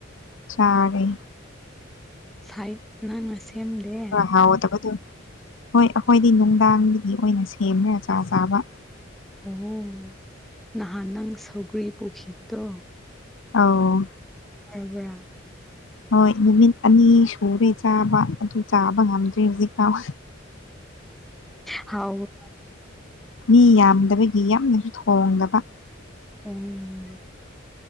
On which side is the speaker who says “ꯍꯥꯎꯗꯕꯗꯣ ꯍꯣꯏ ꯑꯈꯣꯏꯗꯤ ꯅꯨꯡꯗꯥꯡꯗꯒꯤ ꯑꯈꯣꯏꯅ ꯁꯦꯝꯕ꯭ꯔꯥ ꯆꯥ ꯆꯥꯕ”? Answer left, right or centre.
Left